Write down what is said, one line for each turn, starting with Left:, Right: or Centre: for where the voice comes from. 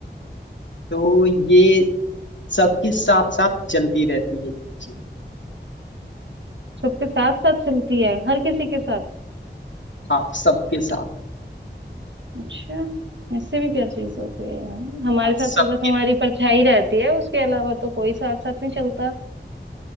Left: तो ये सबके साथ साथ चलती रहती है ये चीज
Right: सबके साथ साथ चलती है हर किसी के साथ
Left: हाँ सबके साथ
Right: अच्छा ऐसे भी क्या चीज होती है यार हमारे
Left: आप
Right: साथ
Left: सबके
Right: तो बस हमारी परछाई रहती है उसके अलावा तो कोई साथ साथ नहीं चलता